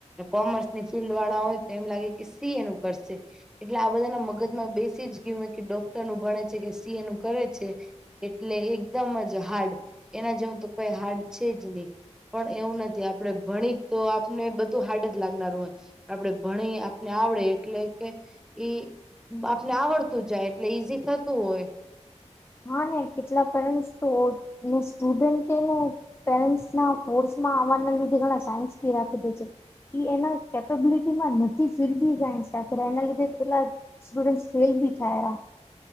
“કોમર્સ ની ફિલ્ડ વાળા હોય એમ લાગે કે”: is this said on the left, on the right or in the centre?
Centre